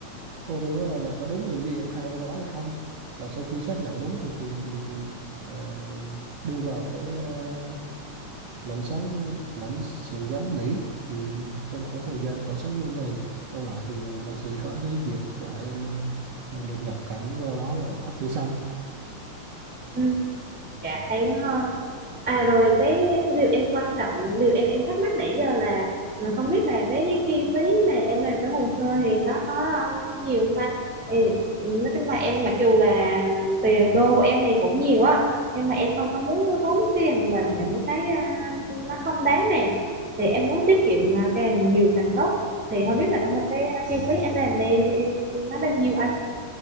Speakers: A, on the right (about 65°); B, in the centre.
A: cô thứ ờ, là có đúng điều gì em khai ra đó hay không và sau khi xác nhận đúng thì thì thì thì à, đưa vào cái uh, lãnh sáng lãnh sự quán Mỹ thì trong khoảng thời gian của 60 ngày đâu lại thì à, nó sẽ có giấy duyệt và em ờ, được nhập cảnh vào đó và em cấp thẻ xanh
B: Ừ, dạ hay quá ha. À rồi cái điều em quan trọng, điều em em thắc mắc nãy giờ là ờ, không biết là cái chi phí mà em làm cái hồ sơ thì nó có ờ, nhiều không anh? Thì nói chung là em mặc dù là tiền đô của em thì cũng nhiều á nhưng mà em không có muốn tốn tiền vào những cái ờ, nó không đáng này thì em muốn tiết kiệm mà càng nhiều càng tốt thì không biết là cái, hồ- cái chi phí em làm đây nó bao nhiêu anh?